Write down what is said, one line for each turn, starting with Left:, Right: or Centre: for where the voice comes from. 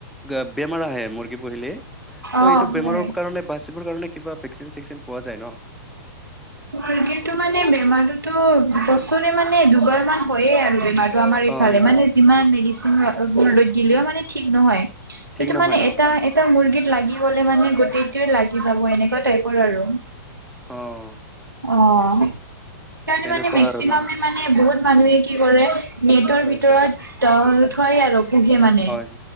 Centre: গে বেমাৰ আহে মুৰ্গী পুহিলে। ত'
Right: অ
Centre: এইটো
Right: হয়
Centre: বেমাৰৰ কাৰণে বাচিবৰ কাৰণে কিবা ভেকচিন-চেকচিন পোৱা যায় ন'?
Right: মুৰ্গীটো মানে, বেমাৰটোতো বছৰে মানে দুবাৰ মান হয়য়ে আৰু বেমাৰ। ত ' আমাৰ
Centre: হয়
Right: ইফালে
Centre: হয়
Right: মানে যিমান মেডিচিন আ বোৰ লৈ দিলেওঁ মানে ঠিক নহয়। এইটো
Centre: ঠিক নহয়
Right: মানে
Centre: ন
Right: এটা এ টা মুৰ্গীত লাগি গ'লে মানে গোটেইটোৱে লাগি যাব এনেকুৱা টাইপৰ আৰু।
Centre: অঁ।
Right: অঁ, সেইকাৰণে
Centre: এনেকুৱা
Right: মানে, মেক্সিমামে
Centre: আৰু ন হয়
Right: মানে, বহুত মানুহে কি কৰে? নেটৰ
Centre: হয়
Right: ভিতৰত তলত থই আৰু। পুহে মানে,
Centre: হয়